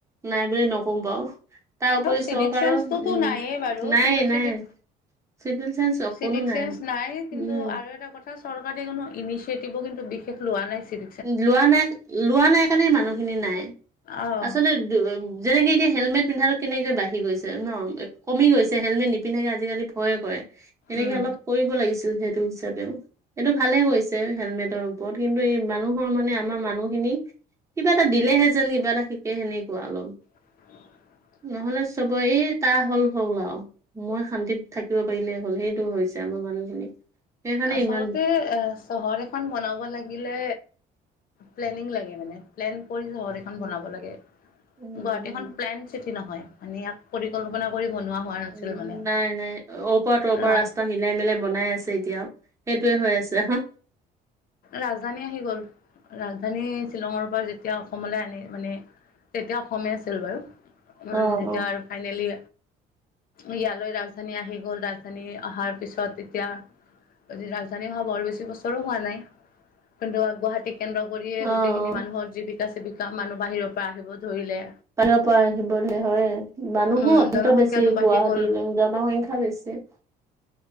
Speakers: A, on the right; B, on the left.
A: নাই বুলি নকওঁ বাৰু। তাৰ উপৰি
B: চিভিক
A: চৰকাৰৰ
B: চেন্সটোতো
A: উম
B: নাইে বাৰু,
A: নাই
B: কিন্তু
A: নাই
B: চিভিক
A: চিভিল চাইন্স অকনো
B: চিভিক চেন্স নাই
A: উম
B: কিন্তু আৰু এটা কথা চৰকাৰে কোনো ইনিচিয়েটিভো কিন্তু বিশেষ লোৱা নাইছিল।
A: লোৱা নাই লোৱা নাই কাৰণে মানুহখিনি নাই।
B: আহ
A: আচলতে যেনেকে এতিয়া হেলমেট পিন্ধাটো কেনেকে বাঢ়ি গৈছে ন কমি গৈছে হেলমেট নিপিন্ধাকে আজিকালি ভয়ে কৰে। সেনেকে
B: উম
A: অলপ কৰিব লাগিছিল সেইটো হিচাপেও। এইটো ভালে কৰিছে হেলমেটৰ ওপৰত কিন্তু এই মানুহৰ মানে আমাৰ মানুহখিনিক কিবা এটা দিলেহে যেন কিবা এটা শিকে সেনেকুৱা অলপ।
B: <inaudible>
A: নহ'লে চবৰে তাৰ হ'ল হ'ল আৰু। মই শান্তিত থাকিব পাৰিলে হ'ল সেইটো হৈছে আমাৰ মানুহখিনি। সেইকাৰণে
B: আচলতে
A: ইমান
B: এ চহৰ এখন বনাব লাগিলে প্লেনিং লাগে মানে প্লেন কৰি চহৰ এখন
A: উম
B: বনাব লাগে।
A: উম
B: গুৱাহাটীখন
A: উম
B: প্লেন চিটি নহয় মানে ইয়াক পৰিকল্পনা কৰি বনোৱা হোৱা নাছিল
A: উম,
B: মানে
A: নাই নাই অৰ পৰা তৰ পৰা
B: ৰা
A: ৰাস্তা মিলাই মিলাই বনাই আছে এতিয়াও সেইটোয়ে হৈ আছে।
B: ৰাজধানী আহি গ'ল ৰাজধানী শ্বিলঙৰ পৰা যেত তিয়া অসমলৈ আনে মানে তেতিয়া অসমেই আছিল বাৰু
A: অ
B: যেতিয়া
A: অ
B: আৰু ফাইনেলি ইয়ালৈ ৰাজধানী আহি গ'ল ৰাজধানী অহাৰ পিছত তেতিয়া যি ৰাজধানী হোৱা বৰ বেছি বছৰো হোৱা নাই। কিন্তু গুৱাহাটী কেন্দ্ৰ কৰিয়েই
A: অ অ
B: গোটেইখিনি মানুহৰ জীৱিকা চীৱিকা মানুহ বাহিৰৰ পৰা আহিব ধৰিলে।
A: বাহিৰৰ পৰা আহিব ধৰিলে হয়ে। মানুহো
B: উম
A: অত্যন্ত
B: জনসংখ্যাটো
A: বেছি
B: বাঢ়ি
A: গুৱাহাটী
B: গ'ল
A: জনসংখ্যা বেছি।